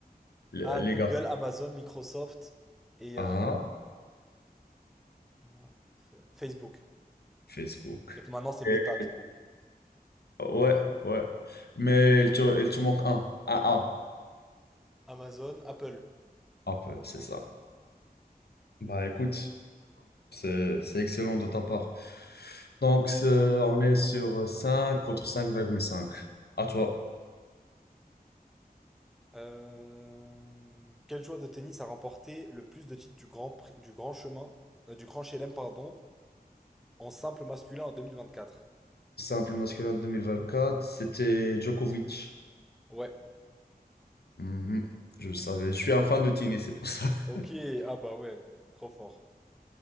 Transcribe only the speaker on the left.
Les
les
GAFAM.
Ah,
Facebook.
Et-
ouais, ouais. Mais il te, il te manque un. A A.
Apple, c'est ça. Bah écoute. C'est c'est excellent de ta part. Donc, c'est- on est sur 5 contre cinq virgule cinq À toi.
Simple masculin deux mille vingt quatre c'était Djokovic.
Mhm, Je le savais. Je suis un fan de tennis, c'est pour ça. <laughs>